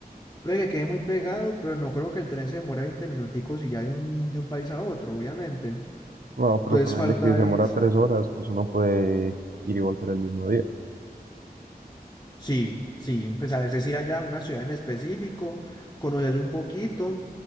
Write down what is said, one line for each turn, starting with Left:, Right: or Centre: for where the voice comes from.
Left: Puede que quede muy pegado, pero no creo que el tren se demore 20 minuticos y ya de un, de un país a otro, obviamente.
Right: No,
Left: Entonces
Right: pero ponerle
Left: falta
Right: que se demora
Left: es,
Right: tres horas, pues uno puede ir y volver el mismo día.
Left: sí, sí, pues a veces ir allá a una ciudad en específico, conoces un poquito,